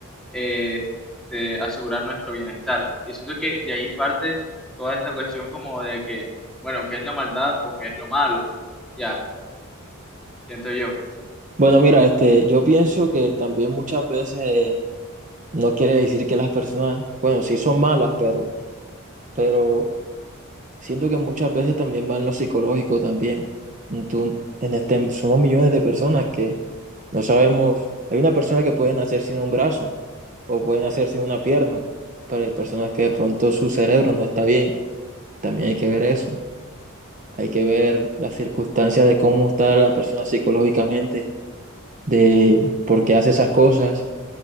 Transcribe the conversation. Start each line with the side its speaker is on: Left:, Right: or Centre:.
Centre: este, asegurar nuestro bienestar. Y siento que de ahí parte toda esta cuestión como de que, bueno, ¿qué es la maldad o qué es lo malo? Ya, siento yo,
Right: Bueno, mira, este, yo pienso que también muchas veces eh, no quiere decir que las personas, bueno, sí son malas, pero, pero siento que muchas veces también va en lo psicológico también. Entu- en este, somos millones de personas que no sabemos, hay una persona que puede nacer sin un brazo o puede nacer sin una pierna, pero hay personas que de pronto su cerebro no está bien. También hay que ver eso. Hay que ver las circunstancias de cómo está la persona psicológicamente, de por qué hace esas cosas.